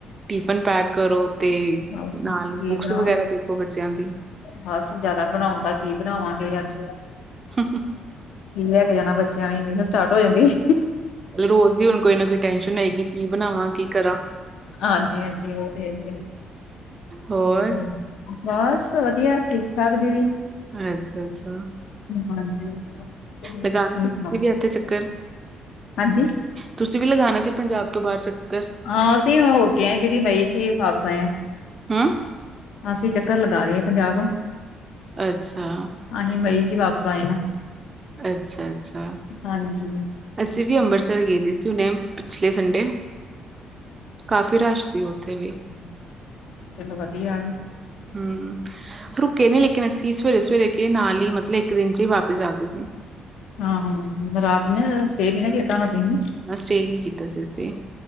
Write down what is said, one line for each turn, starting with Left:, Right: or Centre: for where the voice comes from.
Right: ਟਿਫਿਨ ਪੈਕ ਕਰੋ ਤੇ
Left: ਬਸ ਕੀ
Right: ਨਾਲ ਬੁੱਕਸ
Left: ਬਣਾ
Right: ਵਗੈਰਾ ਦੇਖੋ ਬੱਚਿਆਂ ਦੀ।
Left: ਬਸ ਜਾਦਾ ਬਣਾਉਂਗਾ ਕੀ ਬਣਾਵਾਂਗੇ ਅੱਜ।
Right: ਹਮ ਹਮ
Left: ਕੀ ਲੈ ਕੇ ਜਾਣਾ ਬੱਚਿਆਂ ਨੇ ਇਹੋ ਸਟਾਰਟ ਹੋ ਜਾਂਦੀ।
Right: ਰੋਜ਼ ਦੀ ਹੁਣ ਕੋਈ ਨਾ ਕੋਈ ਟੈਸ਼ਨ ਹੋਏਗੀ ਕੀ ਬਣਾਵਾਂ ਕੀ ਕਰਾਂ।
Left: ਹਾਂਜੀ-ਹਾਂਜੀ ਉਹ ਤੇ ਹੈ ਹੀ
Right: ਹੋਰ
Left: ਏ। ਬਸ ਵਧੀਆ ਠੀਕ ਠਾਕ ਦੀਦੀ।
Right: ਅੱਛਾ-ਅੱਛਾ।
Left: ਹਾਂਜੀ। ਤੁਸੀਂ
Right: ਲਗਾਨਾ ਤੁਸੀ
Left: ਸੁਣਾਓ
Right: ਵੀ ਇਥੇ ਚੱਕਰ।
Left: ਹਾਂਜੀ
Right: ਤੁਸੀਂ ਵੀ ਲਗਾਉਣਾ ਸੀ ਪੰਜਾਬ ਤੋਂ ਬਾਰ ਚੱਕਰ।
Left: ਹਾਂ ਅਸੀਂ ਹੋ ਕੇ ਆਏ ਦੀਦੀ ਮਈ ਚ ਹੀ ਵਾਪਸ ਆਏ ਹਾਂ।
Right: ਹਮ
Left: ਅਸੀਂ ਚੱਕਰ ਲਗਾ ਆਏ ਪੰਜਾਬ।
Right: ਅੱਛਾ।
Left: ਅਹੀ ਮਈ ਚ ਹੀ ਵਾਪਸ ਆਏ ਹਾਂ।
Right: ਅੱਛਾ ਅੱਛਾ,
Left: ਹਾਂਜੀ
Right: ਅਸੀਂ ਵੀ ਅੰਬਰਸਰ ਗਏ ਦੇ ਸੀ ਹੁਣੇ ਪਿਛਲੇ ਸੰਡੇ, ਕਾਫੀ ਰਸ਼ ਸੀ ਉੱਥੇ ਵੀ।
Left: ਹੂੰ, ਚਲੋ ਵਧੀਆ ਆ।
Right: ਹੂੰ ਰੁਕੇ ਨੀ ਲੇਕਿਨ ਅਸੀਂ ਸਵੇਰੇ- ਸਵੇਰੇ ਗੇ ਨਾਲ ਹੀ ਮਤਲਬ ਇੱਕ ਦਿਨ ਚ ਹੀ ਵਾਪਿਸ ਆ ਗਏ ਸੀ।
Left: ਹੂੰ ਹੂੰ ਰਾਤ ਨੀ ਰਹੇ ਹੁਣ ਸਟੇ ਨਹੀਂ ਨਾ ਕੀਤਾ ਹੋਣਾ ਰਾਤੀ ਨੂੰ।
Right: ਸਟੇਅ ਨੀ ਕੀਤਾ ਸੀ ਅਸੀਂ।